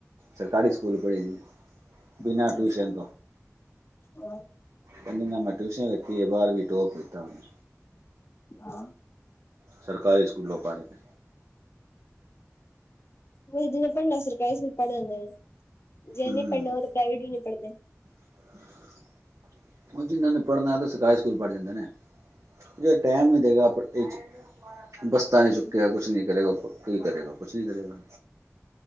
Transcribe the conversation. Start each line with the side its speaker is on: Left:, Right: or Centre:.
Right: ਸਰਕਾਰੀ ਸਕੂਲ ਪੜ੍ਹੀ ਦੀ। ਬਿਨਾਂ
Left: ਅੱਛਾ,
Right: ਟਿਊਸ਼ਨ
Left: ਹਾਂ।
Right: ਕੈਂਦੀ ਨਾ ਮੈ ਟਿਊਸ਼ਨ ਰਖੀ ਏ, ਬਾਰਵੀਂ ਟੋਪ ਕਿਤਾ ਓਹਨੇ।
Left: ਹਾਂ।
Right: ਸਰਕਾਰੀ ਸਕੂਲੋਂ ਪੜ ਕੇ।
Left: ਓਹੀ ਜਿਨੇ ਪੜ੍ਹਨਾ, ਸਰਕਾਰੀ ਸਕੂਲ ਪੜ੍ਹ ਜਾਂਦਾ ਵੇ, ਜੇ
Right: ਹੂੰ
Left: ਨਈ ਪੜ੍ਹਨਾ ਉਹ ਤੇ ਪ੍ਰਾਈਵੇਟ ਵੀ ਨੀ ਪੜਦੇ।
Right: <inaudible> ਉਹ ਜਿਨ੍ਹਾਂ ਨੇ ਪੜ੍ਹਨਾ ਆ ਤਾਂ ਸਰਕਾਰੀ ਸਕੂਲ ਪੜ੍ਹ ਜਾਂਦੇ ਨੇ। ਜੇ ਟਾਈਮ ਨੀ ਦੇਗਾ ਆਪਣ-ਇਹ ਚ ਬਸਤਾ ਨੀ
Left: ਹਮ
Right: ਚੁੱਕੇਗਾ, ਕੁਛ ਨੀ ਕਰੇਗਾ। ਓ-ਪ ਕੀ ਕਰੇਗਾ, ਕੁਛ ਨੀ ਕਰੇਗਾ।